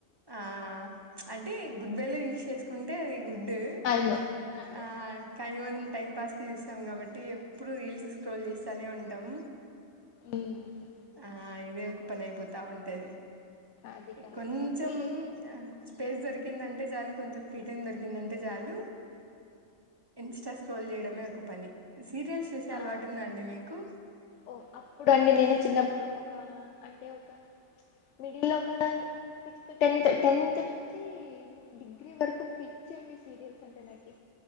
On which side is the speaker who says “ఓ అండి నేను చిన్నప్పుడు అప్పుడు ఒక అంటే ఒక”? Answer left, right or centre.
Left